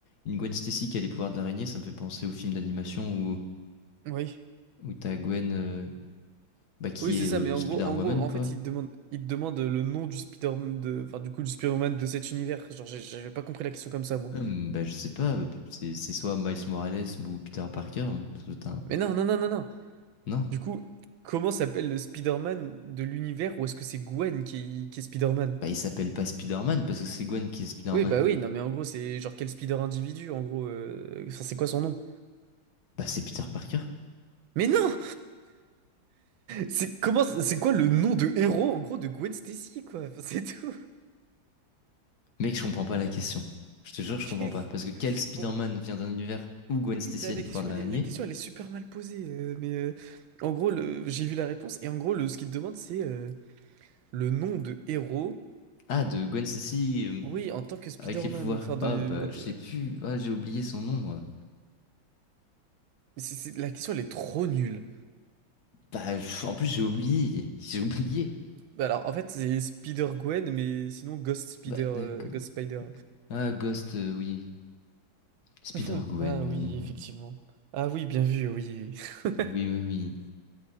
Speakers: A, on the left; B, on the right.
A: une Gwen Stacy qui a les pouvoirs de l'araignée, ça me fait penser au film d'animation où,
B: Oui.
A: où t'as Gwen, euh, bah, qui
B: Oui, c'est
A: est
B: ça,
A: euh,
B: mais en
A: Spider-Woman,
B: gros, en gros, en
A: quoi.
B: fait, il te demande, il te demande le nom du spider de, enfin, du coup, du Spider-Man de cet univers. Genre, j'ai- j'avais pas compris la question comme ça, moi.
A: Hum, bah je sais pas, euh, c'est c'est soit Miles Morales ou Peter Parker, putain.
B: Mais non, non, non, non, non.
A: Non.
B: Du coup, comment s'appelle le Spider-Man de l'univers ou est-ce que c'est Gwen qui, qui est Spider-Man?
A: Bah il s'appelle pas Spider-Man parce que c'est Gwen qui est Spider-Man.
B: Oui, bah oui, non, mais en gros, c'est genre quel speeder individu, en gros, euh, enfin, c'est quoi son nom?
A: Bah c'est Peter Parker.
B: Mais non! C'est comment, c'est quoi le nom de héros, en gros, de Gwen Stacy, quoi? Enfin, c'est tout.
A: Mec, je comprends pas la question. Je te jure, je
B: <laughs>
A: comprends pas. Parce que quel Spider-Man
B: Bon,
A: vient d'un univers où Gwen
B: mais oui,
A: Stacy
B: la,
A: a
B: la
A: les
B: question,
A: pouvoirs de
B: elle
A: l'araignée?
B: est, la question, elle est super mal posée, euh, mais euh, en gros, le- j'ai vu la réponse, et en gros, le, ce qu'il te demande, c'est euh, le nom de héros,
A: Ah, de Gwen Stacy euh,
B: oui, en tant que Spider-Man,
A: avec les pouvoirs.
B: enfin, de,
A: Ah, bah,
B: en tant-
A: je sais plus. Ah, j'ai oublié son nom, moi.
B: c'est- c'est- la question, elle est trop nulle.
A: Bah, pff, en plus, j'ai oublié. J'ai oublié.
B: Bah alors, en fait, c'est Spider-Gwen, mais sinon, Ghost Spider,
A: Bah,
B: euh,
A: d'accord.
B: Ghost Spider.
A: Ah, Ghost, euh, oui. Spider-Gwen,
B: <clears throat> Hmm. Ah oui,
A: bon.
B: effectivement.
A: euh.
B: Ah oui, bien vu, oui. <laughs>
A: Ah, Oui, oui, oui.